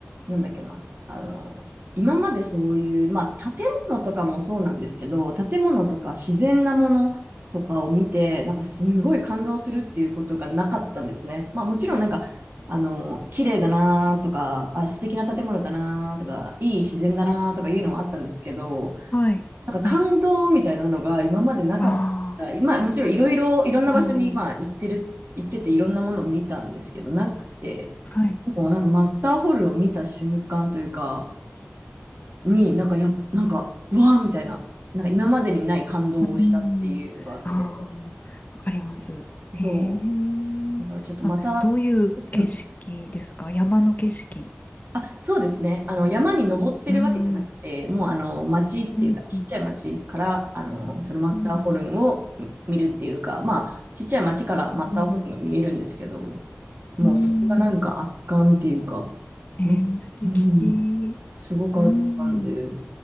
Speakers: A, on the right (about 55°); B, on the left (about 40°).
A: なんだっけな。あの、今までそういう、まあ、建物とかもそうなんですけど、建物とか自然なものとかを見て、なんかすごい感動するっていうことがなかったんですね。まあ、もちろんなんか、あの、綺麗だなとか、あ、素敵な建物だなとか、いい自然だなとかいうのはあったんですけど、
B: はい。
A: なんか感動みたいなのが今までなかった。
B: はい。ああ。
A: まあもちろんいろいろいろんな場所にまあ行ってる、
B: うん。
A: 行ってていろんなものを見たんですけど、なくて、
B: はい。
A: もうなんかマッターホルを見た瞬間というか、になんかや、なんか、うわーみたいな、なんか今までにない感動をしたっていうのがあって、
B: うん。ああ、わかります。へえ。
A: そう。だからちょっとまた、
B: あ、どういう景色ですか山の景色。
A: うんあ、そうですね。あの、
B: うん。
A: 山に登ってるわけじゃなくて、
B: うん。う
A: もうあの、町っていうか、
B: ん。
A: ちっちゃい町から、
B: うん。
A: あの、そのマッターホルンをうん見るっていうか、
B: うん。
A: まあ、ちっちゃい町からマッターホルンが見えるんですけど、
B: うん
A: もうそれがなんか圧巻っていうか、
B: うんえー、
A: なうん、
B: 素敵。
A: すごかったんで、
B: うん。